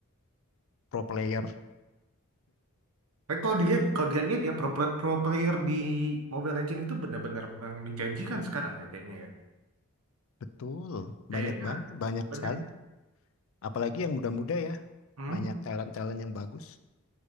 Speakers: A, on the left; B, on the right.
A: pro player.
B: Tapi kalau dilihat, kalau dilihat ya pro, pro player di Mobile Legends itu benar-benar men- menjanjikan sekarang ya kayaknya ya.
A: Betul,
B: Kayaknya
A: banyak bang, banyak
B: banyak.
A: sekali. Apalagi yang muda-muda ya,
B: Hmm?
A: banyak talent-talent yang bagus.